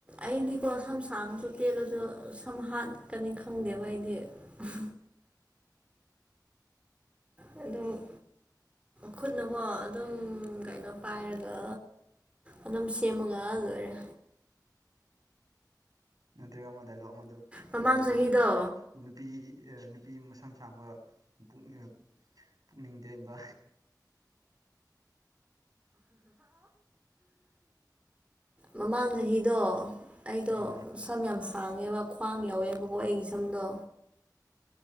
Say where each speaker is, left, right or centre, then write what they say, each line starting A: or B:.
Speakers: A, on the right; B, on the right.
A: ꯑꯩꯗꯤꯀꯣ ꯁꯝ ꯁꯥꯡꯁꯨ ꯇꯦꯜꯂꯁꯨ ꯁꯝ ꯍꯥꯠꯀꯅꯤ ꯈꯪꯗꯦꯕ ꯑꯩꯗꯤ ꯎꯝ ꯑꯗꯣ ꯈꯨꯠꯅꯀꯣ ꯑꯗꯨꯝ ꯀꯩꯅꯣ ꯄꯥꯏꯔꯒ ꯑꯗꯨꯝ ꯁꯦꯝꯃꯒ ꯂꯣꯏꯔꯦ
B: ꯅꯠꯇ꯭ꯔꯒ ꯑꯃꯗ ꯂꯣ ꯑꯃꯗꯨ
A: ꯃꯃꯥꯡ
B: ꯂꯩꯗꯅ
A: ꯆꯍꯤꯗꯣ
B: ꯅꯨꯄꯤ ꯅꯨꯄꯤ ꯃꯁꯝ ꯁꯥꯡꯕꯅꯤꯡ ꯄꯨꯛꯅꯤꯡ ꯇꯦꯟꯕ
A: ꯃꯃꯥꯡ ꯆꯍꯤꯗꯣ ꯑꯩꯗꯣ
B: ꯎꯝ
A: ꯁꯝ ꯌꯥꯝ ꯁꯥꯡꯉꯦꯕ ꯈ꯭ꯋꯥꯡ ꯌꯥꯎꯋꯦꯕꯀꯣ ꯑꯩꯒꯤ ꯁꯝꯗꯣ